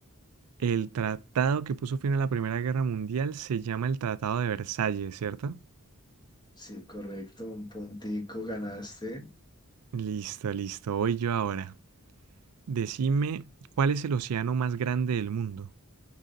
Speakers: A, on the right; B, on the left.
A: El tratado que puso fin a la Primera Guerra Mundial se llama el Tratado de Versalles, ¿cierto?
B: Sí, correcto, un puntico ganaste.
A: Listo, listo. Voy yo ahora. Decime cuál es el océano más grande del mundo.